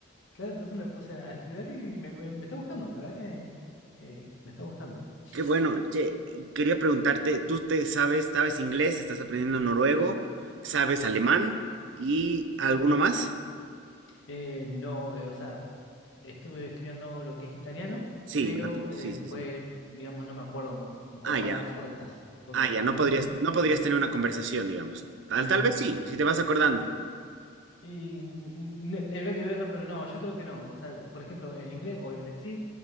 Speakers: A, on the left (about 75°); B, on the right (about 70°).
A: Claro, entonces me puse a estudiar y me, me- me está gustando, la verdad que eh, me está gustando.
B: Qué bueno. Che,
A: Y-
B: y quería preguntarte, ¿tú te sabes, sabes inglés, estás aprendiendo noruego, sabes alemán y
A: Sí.
B: alguno más?
A: Eh, no, eh, o sea, estuve estudiando lo que es italiano,
B: Sí,
A: pero
B: natu-
A: eh,
B: sí, sí,
A: fue,
B: sí.
A: digamos, no me acuerdo, me acuerdo
B: Ah, ya.
A: palabras sueltas, porque
B: Ah,
A: como
B: ya, no
A: no
B: podrías,
A: lo usé,
B: no podrías tener una conversación, digamos. Tal,
A: no.
B: tal vez sí,
A: no, no.
B: si te vas acordando.
A: Y n- n- habría que verlo, pero no, yo creo que no. O sea, por ejemplo, en inglés, obviamente que sí,